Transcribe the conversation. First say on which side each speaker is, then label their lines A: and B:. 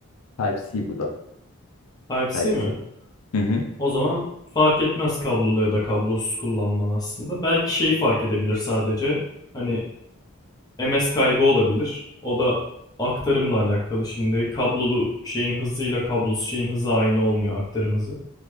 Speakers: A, on the left; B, on the left.
A: Type-C bu da.
B: Type-C
A: Type-C.
B: mi?
A: Hı hı.
B: O zaman fark etmez kablolu ya da kablosuz kullanman aslında. Belki şeyi fark edebilir sadece. Hani MS kaybı olabilir. O da aktarımla alakalı. Şimdi kablolu şeyin hızıyla kablosuz şeyin hızı aynı olmuyor aktarım hızı.